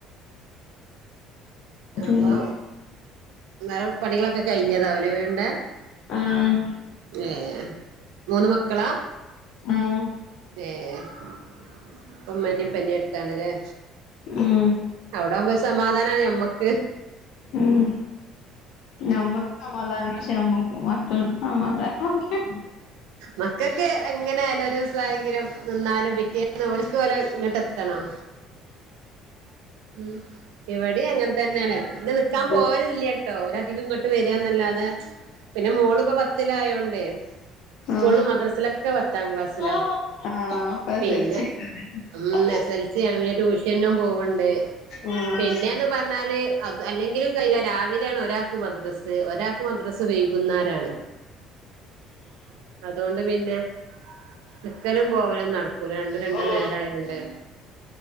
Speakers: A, on the left; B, on the right.
A: പിന്നെ
B: അപ്പൊ വേറെ പണികളൊക്കെ കഴിഞ്ഞതാവൂലേ വീട്ന്റെ
A: ആഹ്
B: ഏ മൂന്ന് മക്കളാ
A: ആഹ്
B: ഏ ഇപ്പം ഉമ്മന്റിം ഉപ്പന്റിം അടുത്താണ്ല്ലേ
A: ഉം
B: അവിടെ ആവുമ്പോ സമാധാനമാണ് ഞമ്മക്ക്
A: ഉം ഞമ്മക്ക് സമാധാനം പക്ഷെ നമ്മക്ക് മക്കൾക്ക് സമാധാനം ആവൂല
B: മക്കൊക്ക് എങ്ങനെയാലും ഒരു ദിവസാണെങ്കിലും നിന്നാലും പിറ്റേ ഓൽക്ക് ഓലെ ഇങ്ങോട്ട് എത്തണം ഉം ഇവിടെ അങ്ങനെ തന്നെയാണ് ഇങ്ങട് നിക്കാൻ
A: ഉം
B: പോവലില്ലേ കേട്ടോ ഓലധികം ഇങ്ങോട്ട് വരാന്നല്ലാതെ പിന്നെ മോള് ഇപ്പോ പത്തിലായോണ്ടേ സ്കൂളും
A: ആഹ്
B: മദ്രസിലൊക്കെ പത്താം ക്ലാസ്സിലാ
A: ആഹ് പ്രസവിച്ചേക്ക
B: പിന്നെ ഉം
A: ആഹ്
B: എസ് എൽ സി ആണ് പിന്നെ ട്യൂഷനും പോവ്ണ്ട്
A: ആഹ്
B: പിന്നെന്ന് പറഞ്ഞാല് അ അല്ലെങ്കിലും കയ്യൂല രാവിലെയാണ് ഒരാൾക്ക് മദ്രസ്സ് ഒരാൾക്ക് മദ്രസ് വൈകുന്നേരാണ് അതുകൊണ്ട് പിന്നെ നിക്കലും പോവലും നടക്കൂല രണ്ടും രണ്ടും
A: ആഹ്
B: നേരം ആയോണ്ടേ